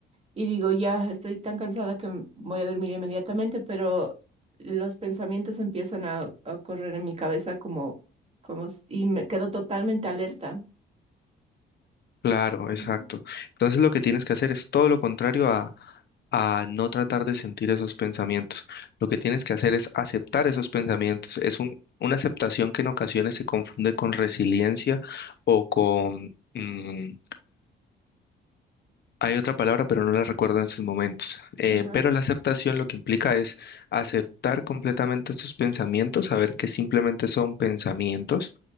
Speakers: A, on the right; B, on the left.
A: y digo, ya estoy tan cansada que m- voy a dormir inmediatamente, pero los pensamientos empiezan a, a correr en mi cabeza como, como, s- y me quedo totalmente alerta.
B: Claro, exacto.
A: Ujú.
B: Entonces lo que tienes que hacer es todo lo contrario a, a no tratar de sentir esos pensamientos. Lo que tienes que hacer es aceptar esos pensamientos. Es un- una aceptación que en ocasiones se confunde con resiliencia o con... mm, hay otra palabra, pero no la recuerdo en estos momentos. Eh,
A: Ajá,
B: pero la aceptación lo que implica es aceptar completamente estos pensamientos, saber que simplemente son pensamientos